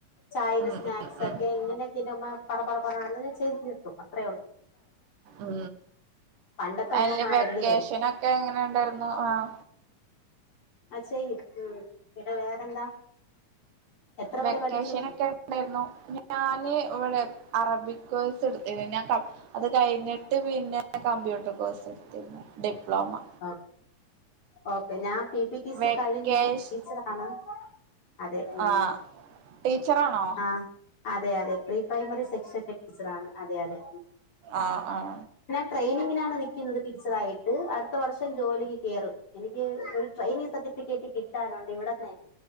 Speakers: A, on the left (about 50°); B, on the right (about 75°).
A: ചൈനസ്
B: ഉം
A: സ്നാക്സ്
B: ഉം ഉം
A: ഒക്കെ എങ്ങനെയൊക്കെ പറ പറ പറ ചെയ്ഞ്ീർത്തും അത്രേയള്ളൂ
B: ഉ
A: പണ്ടത്തെ
B: അതില്
A: ഉമ്മമാരല്ലേ
B: വെക്കേഷനൊക്കെ എങ്ങനെ ഉണ്ടായിരുന്നു ആഹ
A: അ ചെയ്യും ഉം പിന്നെ വേറെന്താ എത്ര
B: വെക്കേഷൻ
A: വരെ പഠിച്ചു
B: ഒക്കെ ഉണ്ടായിരുന്നു ഞാന് ഇവിടെ അറബിക്ഴസ് എടുത്തിരുന്നു ഞാൻ അത് കഴിഞ്ഞിട്ട് പിന്നെ കമ്പ്യൂട്ടർ കോഴ്സ് എടുത്തിരുന്നു ഡിപ്ലോമ
A: ഓ ഓക്കെ ഞാ പി പി ടി സി
B: വെക്കേഷ്
A: കഴിഞ്ഞു ടീച്ചറ ആാണ് അതെ ഉ
B: ആ ടീച്ചറാണോ
A: ആ അതെ അതെ പ്രീ പ്രൈമറി സെക്ഷൻ ടീച്ചറണ് അതെ അതെ
B: ആ് ആഹ
A: ഞാൻ ട്രെയിനിങ്ങിനാണ് നൽക്കുന്നത് ടീച്ചറ ആായിട്ട് അടുത്ത വർഷം ജോലിക്ക് കയറും എനിക്ക് ഒരു ട്രെയിനിങ് സർട്ടിഫിക്കറ്റ് കിട്ടാനുണ്ട് ഇവിടെന്നെ